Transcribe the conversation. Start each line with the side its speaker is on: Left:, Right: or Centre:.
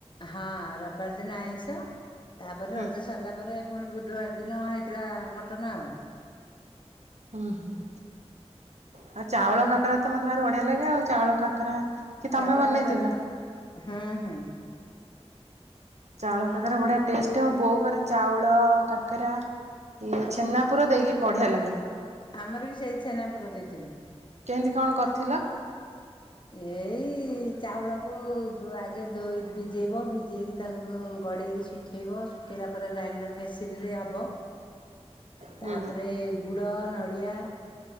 Left: ହଁ ରବିବାର ଦିନ ଆଇଷ ତାପରେ
Right: ହୁଁ
Left: ରଜ ସରିଲା ପରେ। ପୁଣି ବୁଧବାର ଦିନ ହେଇଥିଲା ମଟନ ଆଉ।
Right: ଉଁ ହୁଁ। ଆଉ ଚାଉଳ କାକରା ତ ମତେ ଭାରି ବଢିଆ ଲାଗେ ଆଉ ଚାଉଳ କାକରା। କି ତମେ
Left: ଚାଉଳ
Right: ବନେଇଥିଲ?
Left: କାକେରାଟା ହୁଁ ହୁଁ।
Right: ଚାଉଳ କାକେରା ବଢିଆ ଟେଷ୍ଟ ମୋ ବୋଉ କରେ ଚାଉଳ କାକେରା। ଇ ଛେନାପୁର ଦେଇକି ବଢ଼ିଆ ଲାଗେ।
Left: ଆମର ବି ସେଇ ଛେନାପୁର ଦେଇଥିଲୁ।
Right: କେମିତି କଣ କରିଥିଲ।
Left: ଏଇ ଚାଉଳକୁ ଆଗେ ଧୋଇ ଭିଜେଇବ ଭିଜେଇକି। ତାକୁ ଗଡ଼େଇକି ଶୁଖେଇବ ଶୁଖେଇଲା ପରେ ଗ୍ରାଇଣ୍ଡର ମେସିନ ରେ ହବ।
Right: ହୁଁ
Left: ତାପରେ। ଗୁଡ ନଡ଼ିଆ